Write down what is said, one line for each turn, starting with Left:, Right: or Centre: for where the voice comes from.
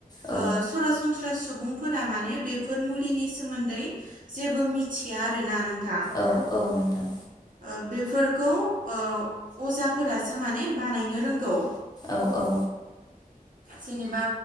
Left: औ
Right: ओ सरासनस्रा सुबुंफोरा माने बेफोर मुलिनि सोमोन्दै जेबो थिआ आरोना नोंथां
Left: औ औ नोंथां
Right: ओ बेफोरखौ ओ अजाफोरासो माने बानायनो रोंगौ
Left: औ औ
Right: जेनेबा